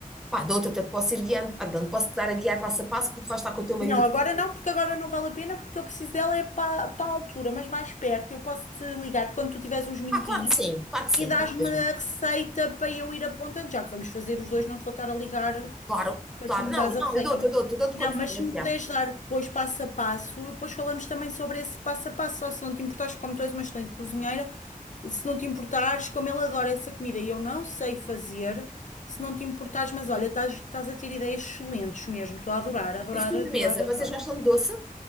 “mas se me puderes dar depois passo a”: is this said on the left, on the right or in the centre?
Left